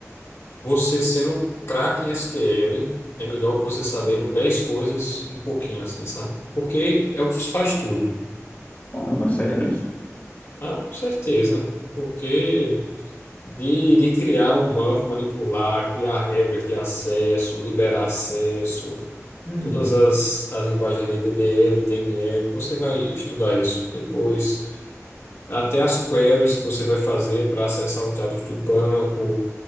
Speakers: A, on the left (about 55°); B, on the left (about 35°).
A: você sendo craque em SQL, é melhor que você sabendo 10 coisas um pouquinho assim, sabe? Porque é o que faz tudo.
B: Caramba, sério isso?
A: Ah, com certeza. Porque de, de criar um banco, manipular, criar regras de acesso, liberar acesso,
B: Hum,
A: todas as, as linguagens ali, DDL, DML, você vai estudar isso depois. Até as queries que você vai fazer para acessar os dados do banco,